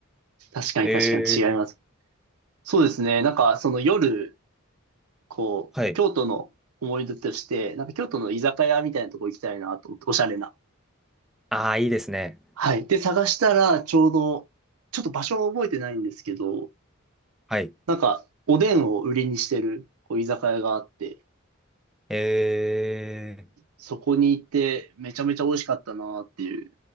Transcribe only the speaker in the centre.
えー、
はい。
ああ、いいですね。
はい。
え